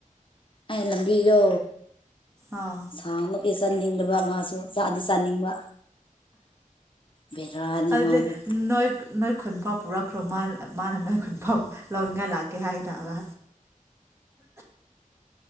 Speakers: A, on the left; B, on the right.
A: ꯑꯦ ꯂꯕꯤ ꯌ
B: ꯑꯣ
A: ꯁꯥ ꯑꯃ ꯀꯩ ꯆꯥꯅꯤꯡꯗꯕ ꯃꯥꯁꯨ ꯆꯥꯗꯤ ꯆꯥꯅꯤꯡꯕ ꯕꯔꯥꯅꯤ
B: ꯑꯗꯨꯗꯤ
A: ꯃꯥ ꯑꯗꯨ
B: ꯅꯣꯏ ꯅꯣꯏ ꯈꯨꯟꯐꯥꯎ ꯄꯨꯔꯛꯈ꯭ꯔꯣ ꯃꯥꯅ ꯃꯥꯅ ꯅꯣꯏ ꯈꯨꯟꯐꯥꯎ ꯂꯣꯅꯤꯡꯒ ꯂꯒ ꯍꯥꯏꯒꯗ ꯋꯥ